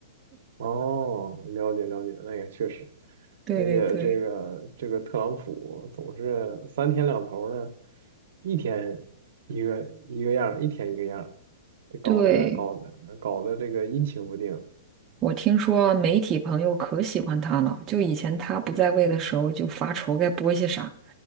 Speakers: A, on the right; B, on the right.
A: 哦，了解了解，那也确实，
B: 对对对，
A: 而且这个这个特朗普总是三天两头的，一天一个一个样儿一天一个样儿，这搞得搞得搞得这个阴晴不定
B: 对，我听说媒体朋友可喜欢他了，就以前他不在位的时候就发愁该播些啥，